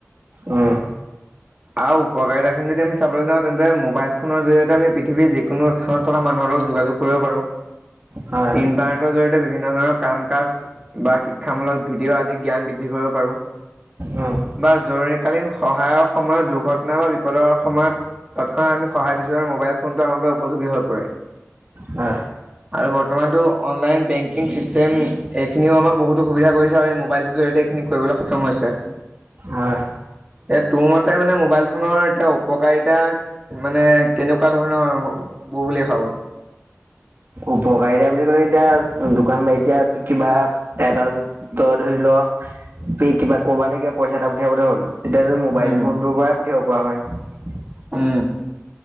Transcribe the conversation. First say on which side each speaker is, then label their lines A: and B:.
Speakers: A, on the right; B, on the right.
A: উম।
B: আৰু উপকাৰিতাখিনি যদি আমি চাবলৈ যাওঁ তেন্তে মোবাইল ফোনৰ জৰিয়তে আমি পৃথিৱীৰ যিকোনো স্থানত থকা মানুহৰ লগত যোগাযোগ কৰিব পাৰোঁ
A: হয়,
B: ইণ্টাৰনেটৰ জৰি বিভিন্ন ধৰণৰ কাম কাজ বা শি শিক্ষামূলক ভিডিঅ' আদি জ্ঞান বৃদ্ধি কৰিব পাৰোঁ।
A: উম,
B: বা জৰুৰীকালীন সহায়ৰ সময়ত দুৰ্ঘটনা বা বিপদৰ সময়ত তৎক্ষণা আমি সহায় বিচৰা মোবাইল ফোনটো আমাৰ বাবে উপযোগী হৈ পৰে।
A: হয়,
B: আৰু বৰ্তমানতো অনলাইন বেংকিং ছিষ্টেম এইখিনিও আমাৰ বহুত সুবিধা কৰিছে আৰু এই মোবাইলটোৰ জৰিয়তে এইখিনি কৰিবলৈ সক্ষম হৈছে।
A: হয়।
B: এ তোৰ মতে মানে মোবাইল ফোনৰ এতিয়া উপকাৰিতা মানে কেনেকুৱা ধৰণৰবোৰ বুলি ভাবো
A: উপকাৰী দিয়া বুলি ক'লে এতিয়া দোকান বা এতিয়া কিবা এটা তই ধৰি ল পেই কিবা ক'ব লাগিব পইচা এটা পঠিয়াবলৈ হ'ল এতিয়া যে মোবাইল
B: উম
A: ফোনটোৰ পৰা কিহ পৰা হয়
B: উম